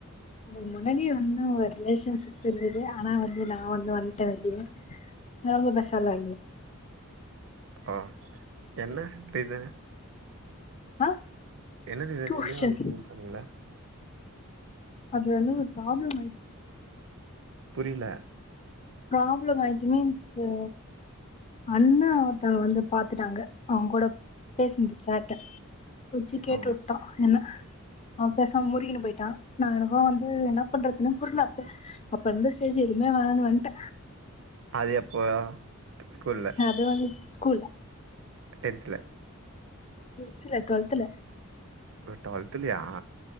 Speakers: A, on the left; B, on the right.
A: அதுக்கு முன்னாடியே வந்து ஒரு ரிலேஷன்ஷிப் இருந்தது ஆனா வந்து நா வந்து வந்துட்டே வெளிய ரொம்ப பேசல்லா
B: ஆ என்ன பெய்த
A: ஆ
B: என்ன ரீசன்
A: டியூஷன்
B: வெளிய வந்துட்டீனு சொன்னீங்கள
A: அது வந்து ஒரு ப்ராப்ளம் ஆயிடுச்சு
B: புரியல
A: பிராப்ளம் ஆயிச்சு மீன்ஸ்சு அண்ணா ஒருத்தவுங்க வந்து பாத்துட்டாங்க அவுங்ககூட பேசுன இந்த சேட்ட புடிச்சி கேட்டு
B: ஆ
A: விட்டா என்ன அவ பேசா முருகினு போயிட்டா நா எனக்கு வந்து என்ன பண்றதுனு புரில அப்போ அப்ப இருந்து ஸ்டேஜு எதுமே வேணானு வன்ட்ட
B: அது எப்போ ஸ்கூல்ல
A: அது வந்து ஸ் கூல்ல
B: டென்த்ல
A: ம் சில டூ ட்வெல்த்ல
B: டூவல்துலையா